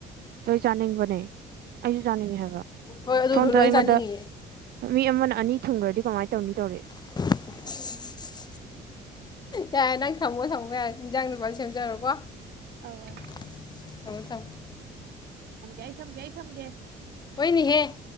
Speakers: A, on the right (about 70°); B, on the left (about 25°).
A: ꯑꯩ ꯆꯥꯅꯤꯡꯕꯅꯦ ꯑꯩꯁꯨ ꯆꯥꯅꯤꯡꯉꯦ ꯍꯥꯏꯕ
B: ꯍꯣꯏ ꯑꯗꯨꯗꯣ
A: ꯁꯣꯝꯗ
B: ꯂꯣꯏ
A: ꯑꯩꯉꯣꯟꯗ
B: ꯆꯥꯅꯤꯡꯉꯤꯌꯦ
A: ꯃꯤ ꯑꯃꯅ ꯑꯅꯤ ꯊꯨꯡꯈ꯭ꯔꯗꯤ ꯀꯃꯥꯏ ꯇꯧꯅꯤ ꯇꯧꯔꯛꯦ
B: <inaudible> ꯌꯥꯏꯔꯦ ꯅꯪ ꯊꯝꯃꯣ ꯊꯝꯃꯣ ꯌꯥꯏ ꯏꯟꯖꯥꯡ ꯗꯨꯄꯥꯜ ꯁꯦꯝꯖꯔꯣꯀꯣ
A: ꯑ ꯑ
B: <unintelligible>
A: ꯊꯝꯒꯦ ꯑꯩ ꯊꯝꯒꯦ ꯑꯩ ꯊꯝꯒꯦ
B: ꯍꯣꯏꯅꯤꯍꯦ